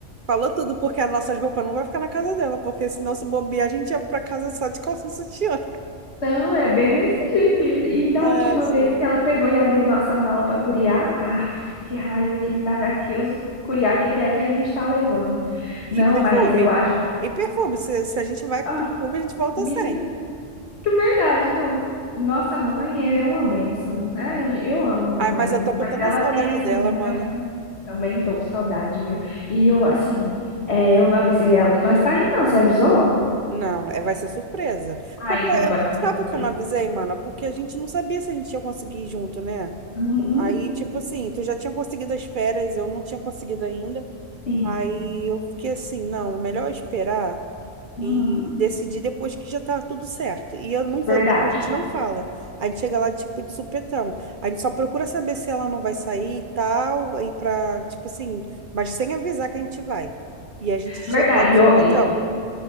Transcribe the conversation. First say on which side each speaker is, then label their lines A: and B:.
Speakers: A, on the right; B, on the left.
A: Falou tudo, porque as nossas roupas não vai ficar na casa dela, porque senão se bobear, a gente ia pra casa só de calcinha e sutiã.
B: não, é bem desse jeito. E e da
A: Ai,
B: última
A: gente.
B: vez que ela pegou e abriu nossa mala pra curiar, ah, que raiva que me dá daquilo. Curiar, o que que é que a gente tá levando? Não,
A: E perfume?
B: mas eu acho.
A: E perfume? Se, se a gente vai com
B: Ah,
A: perfume, a gente volta
B: menina.
A: sem.
B: É verdade, não. Nossa mãe é uma bênção. Ai, eu amo
A: Ai,
B: a mamãezinha,
A: mas eu tô com
B: mas
A: tanta
B: ela
A: saudade
B: tem essas
A: dela,
B: manias.
A: mano.
B: tam- Também tô com saudade, viu? E eu, assim, é, eu não avisei ela que nós tá indo, não. Você avisou?
A: Não, é, vai ser surpresa.
B: Ah,
A: Porque,
B: então bora fazer
A: sabe
B: uma surpresa.
A: por que eu não avisei, mana? Porque a gente não sabia se a gente ia conseguir ir junto, né?
B: Uhum,
A: Aí, tipo assim, tu já tinha conseguido as férias, eu não tinha conseguido ainda.
B: sim.
A: Aí eu fiquei assim, não, é melhor esperar e
B: Uhum,
A: decidir depois que já tá tudo certo. E eu não vou,
B: verdade.
A: a gente não fala. A gente chega lá, tipo, de supetão. A gente só procura saber se ela não vai sair e tal, aí pra, tipo assim, mas sem avisar que a gente vai. E a gente chega
B: Verdade.
A: lá de
B: E Eu,
A: supetão.
B: eu,